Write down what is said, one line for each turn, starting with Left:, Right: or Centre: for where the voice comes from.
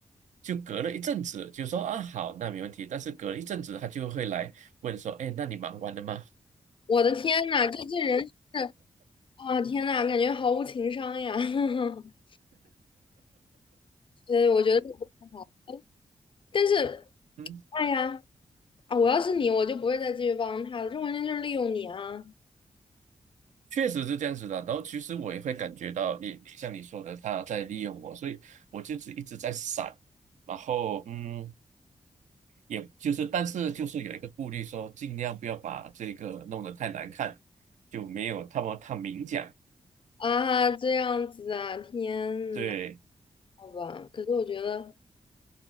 Right: 就隔了一阵子就说啊好，那没问题，但是隔了一阵子他就会来问说，哎，那你忙完了吗？
Left: 我的天呐，这这人是啊，天呐，感觉毫无情商呀。<laughs> 所以我觉得这不太好。但是，
Right: 嗯，
Left: 哎呀，啊，我要是你，我就不会再继续帮他了，这完全就是利用你啊。
Right: 确实是这样子的。然后其实我也会感觉到你，你像你说的，他在利用我，所以我就是一直在闪，然后嗯。也就是，但是就是有一个顾虑说，尽量不要把这个弄得太难看，就没有他们他明讲。
Left: 啊，这样子啊，天呐，
Right: 对，
Left: 好吧。可是我觉得，